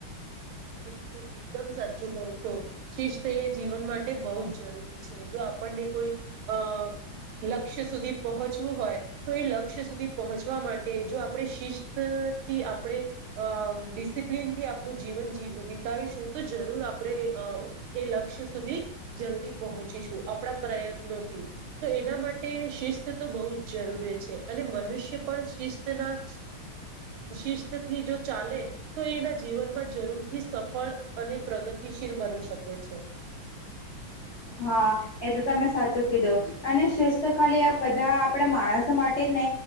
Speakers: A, on the right (about 80°); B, on the left (about 50°).
A: બિલકુલ એકદમ સાચું કહો છો શિસ્ત એ જીવન માટે બહુ જ જરૂરી છે જો આપ, આપણને કોઈ અ લક્ષ્ય સુધી પહોંચવું હોય તો એ લક્ષ્ય સુધી પહોંચવા માટે જો આપણે શિસ્તથી આપણે ડિસિપ્લીનથી આપણું જીવન. વિતાવીશું તો જરૂર આપણે એ લક્ષ્ય સુધી જલ્દી પહોંચીશું આપણા પ્રયત્નોથી તો એના માટે શિસ્ત તો બહુ જ જરૂરી છે અને મનુષ્ય પણ. શસ્ત ના શિસ્ત થી જો ચાલે તો એના જીવનમાં જરૂર. થી સફળ અને પ્રગતિશીલ બની શકે છે.
B: હા એ તો તમે સાચું કીધું અને શિસ્ત ખાલી આ બધા આપણે માણસો માટે જ.